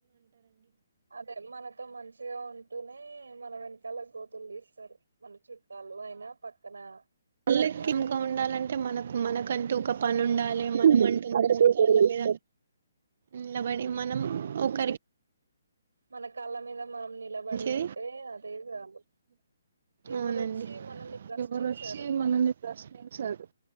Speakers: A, on the right (about 85°); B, on the right (about 50°).
A: అదే మనతో మంచి మగా ఉంటూనే మన వెనకాల గోతులు తీస్తారు మన చుట్టాలు అయినా పక్కన
B: మళ్ళెక్కిమ్గా
A: వాళ్ళ ఉమ్
B: ఉండాలంటే మనకు మనకంటూ ఒక పని ఉండాలి మన అంటూ మీద నిలబడి మనం ఒకరికి
A: మన కాళ్ళ మీద మనం నిలబడి
B: ఇ
A: ఉంటే అదే చాలు ఎవరొచ్చి
B: అవునండి
A: మనల్ని ప్రశ్నించారు
B: ఎవరుొచ్చి మనల్ని ప్రశ్నించారు